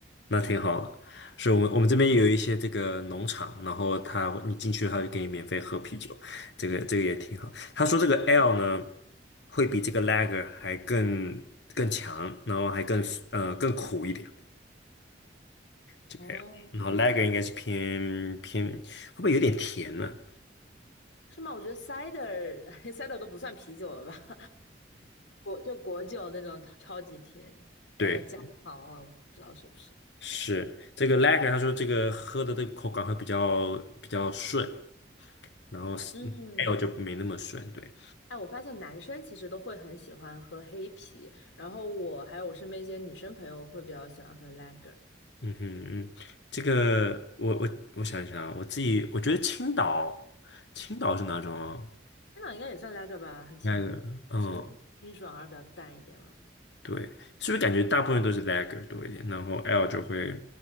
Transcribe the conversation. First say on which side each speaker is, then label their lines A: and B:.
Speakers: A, on the left; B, on the left.
A: 那挺好的。是我们我们这边也有一些这个农场，然后他你进去他就给你免费喝啤酒，这个这个也挺好。他说这个 L 呢会比这个 Lager 还更更强，然后还更呃更苦一点，这个
B: 哦，
A: L，然后 Lager 应该是偏偏会不会有点甜呢？
B: 是吗？我觉得 cider <laughs> cider 都不算啤酒了吧？果就果酒那种超级甜，
A: 对，
B: 感觉加糖了，不知道是不是。
A: 是这个 Lager，他说这个喝的这个口感会比较比较顺，然后是
B: 嗯，
A: L 就没那么顺，对。
B: 哎，我发现男生其实都会很喜欢喝黑啤，然后我还有我身边一些女生朋友会比较喜欢喝 lager，
A: 嗯哼嗯，这个我我我想一想啊我自己我觉得青岛，青岛是哪种啊
B: 那应该也算 lager 吧，很清清清爽而比较淡一点嘛。
A: l a 嗯，对，是不是感觉大部分都是 lager 多一点，然后 L 就会